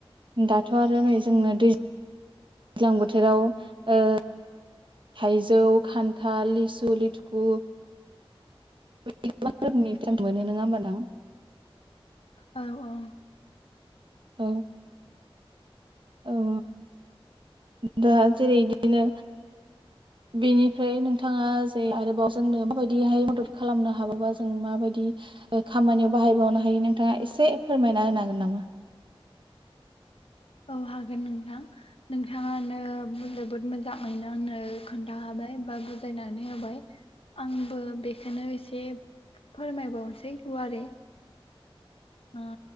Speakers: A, on the right; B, on the left.
A: दाथ' आरो नै जोंना दै ज्लां बोथोराव ओ थाइजौ खान्थाल लिसु लिथुखु <unintelligible> मोनो नोङा होमबा नों
B: औ औ
A: औ औ दा जेरै इदिनो बेनिफ्राय नोंथाङा जे आरोबाव जोंनो माबायदिहाय मदद खालामनो हाबावो जों माबायदि ओ खामानियाव बाहायबावनो हायो नोंथाङा एसे फोरमायना होनो हागोन नामा
B: औ हागोन नोंथां नोंथाङानो जोबोद मोजाङैनो आंनो खोन्था हाबाय बा बुजायनानै होबाय आंबो बेखौनो एसे फोरमायबावसै गुवारै नङा